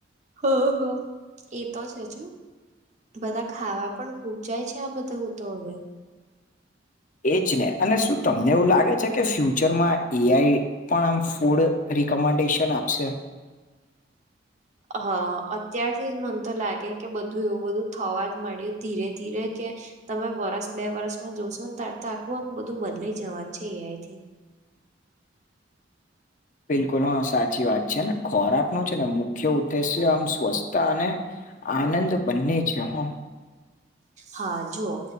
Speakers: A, on the right (about 40°); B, on the left (about 45°).
A: હઅ હઅ, એ તો છે જ. બધા ખાવા પણ ખૂબ જાય છે આ બધા તો હવે
B: એ જ ને અને શું તમને એવું લાગે છે કે ફ્યુચરમાં એઆઈ પણ આમ ફૂડ રિકમેન્ડેશન આપશે.
A: હ અત્યારથી જ મન તો લાગે કે બધું એવું બધું થવા જ મળ્યું ધીરે ધીરે કે તમે વરસ બે વરસમાં જોશો ને તાાર તો આખું આમ બધું બદલા જવાનું છે એઆઈ થી
B: બિલકુલ હ સાચી વાત છે ને ખોરાક નો છે ને મુખ્ય ઉદ્દેશ્ય આમ સ્વસ્તા અને આનંદ બંને છે હો.
A: હા જુઓ.